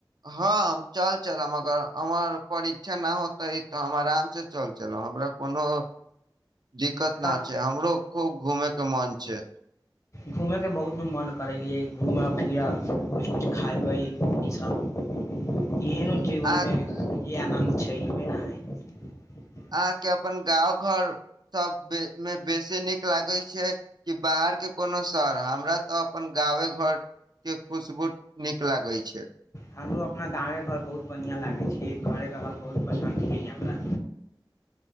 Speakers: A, on the right; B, on the left.
A: हँ हम चल चलम अगर हमर परीक्षा न होते तऽ हम आराम से चल चलम हमरा कोनो दिक्कत
B: का
A: न छैय हमरो खूब घूमे के मन छैय।
B: घूमेंके बहुत मन करेलियै घूमऽ फिरऽ किछु किुछु खयबै ईसभ एहनो जीवन
A: अहाँ
B: में जे आनन्द छैय ई नहि हइ <unintelligible>
A: अहाँके अपन गाँव घर सब मे बेसी नीक लागे छैय कि बाहर के कोनो दोसर शहर हमरा तऽ अपन गावे घर के खुशबू नीक लागय छैय।
B: हमरो अपना गावमे घर बहुत बढ़िआँ लागै छैय घरे रहल बहुत पसन्द छैय हमरा।